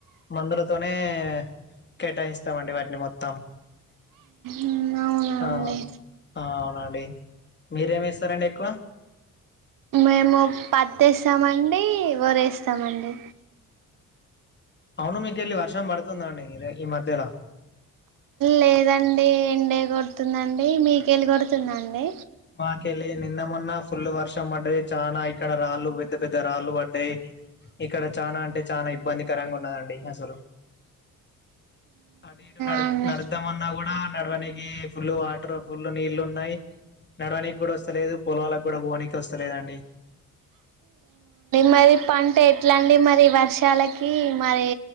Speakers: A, on the left; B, on the right.
A: మందులతోనే కేటాయిస్తామండి వాటిని మొత్తం
B: ఉమ్, అవునండి
A: ఆ అవునండి మీరేమి ఇస్తారంండి ఎక్కువ
B: మేము పతి వేస్తామండి వారి వేస్తామండి
A: అవును మీకెళ్ళి వర్షం పడుతుందండి ఈ మధ్యలో
B: లేదండి ఎండే కొడుతుందండి మీకెళ్ళి కొడుతుందండి
A: నాకతే నిందామన్నా ఫుల్ వర్షం పడ్డది చాలనా ఇక్కడ రాళ్ళు పెద్ద పెద్ద రాళ్ళు పడ్డాయి ఇక్కడ చానా అంటే చనా ఇబ్బందికరంగా ఉన్నదండి అసలు అటు ఇటు నడ
B: అండి
A: నడదాంమన్నా కూడా నడవనికి ఫుల్ వాటర్ ఫుల్ నీళ్లుు ఉన్నాయి నడవనికి కూడా వస్తలేదు పొలకు కూడా పోనీకి వస్తలేదండి
B: మరి పంట ఎట్లాండి మరి వర్షాలకి మరి